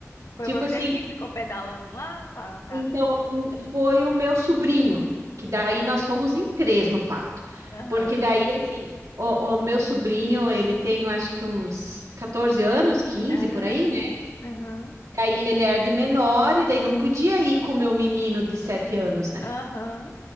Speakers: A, on the left; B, on the right.
A: Foi
B: Tipo
A: você
B: assim,
A: que ficou pedalando lá para andar
B: então
A: com ele?
B: n- foi o meu sobrinho, que daí
A: Ah,
B: nós fomos em três no pato.
A: Aham.
B: Porque daí, assim, o, o meu sobrinho, ele tem, eu acho que uns 14 anos, quinze
A: Ah,
B: por aí, né?
A: aham.
B: E aí ele era de menor e daí não podia ir com o meu menino de sete anos, né?
A: Aham.